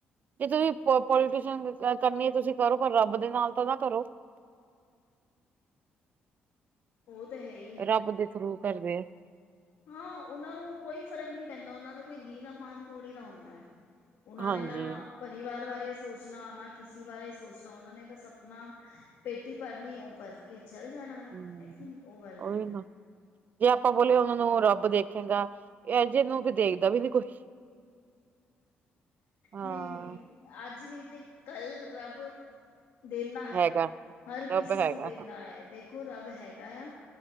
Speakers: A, on the right; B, on the left.
A: ਜੇ ਤੁਸੀਂ ਪੋਲੀਟੀਸ਼ਨ ਕਰਨੀ ਹੈ। ਤੁਸੀਂ ਕਰੋਪਰ ਰੱਬ ਦੇ ਨਾਲ ਤਾਂ ਨਾ ਕਰੋ।
B: ਔਹ ਤਾਂ ਹੈ ਈ।
A: ਰੱਬ ਦੇ ਥਰੂ ਕਰਦੈ।
B: ਹਾਂ ਉਨਾਂ ਨੂੰ ਕੋਈ ਫਰਕ ਨਹੀਂ ਪੈਂਦਾ। ਉਨਾਂ ਦਾ ਕੋਈ ਦੀਨ ਮਾਨ ਥੋੜੀ ਨਾ ਹੁੰਦਾ ਐ। ਉਨਾਂ
A: ਹਾਂਜੀ
B: ਨੇ ਨਾ ਪਰਿਵਾਰ ਬਾਰੇ ਸੋਚਨਾ ਨਾ ਕਿਸਸੀ ਬਾਰੇ ਸੋਚਨਾ ਉਨਾਂ ਨੇ ਬਸ ਅਪਨਾ। ਪੇਟੀ ਭਰਨੀਔਹ ਭਰ ਕੇ ਚੱਲ ਜਾਨਾ
A: ਹੂੰ,
B: ਔਹ ਗੱਲ
A: ਉਹੀ
B: ਐ।
A: ਨਾ ਜੇ ਆਪਾਂ ਬੋਲੇ ਉਨਾਂ ਨੂੰ ਰੱਬ ਦੇਖੇਗਾ। ਇਹ ਜਿਨੂੰ ਵੀ ਦੇਖਦਾ ਵੀ ਨੀ ਕੁਛ ਹਾਂ,
B: ਨਹੀਂ-ਨਹੀਂ ਅੱਜ ਨਹੀਂ ਤੇ ਕੱਲ ਰੱਬ ਦੇਂਦਾ ਹੈ,
A: ਹੈਗਾ
B: ਹਰ
A: ਰੱਬ
B: ਕਿਸੇ
A: ਹੈਗਾ
B: ਨੂੰ ਦੇਂਦਾ ਹੈ, ਦੇਖੋ ਰੱਬ ਹੈਗਾ। ਹੈਗਾ ਆ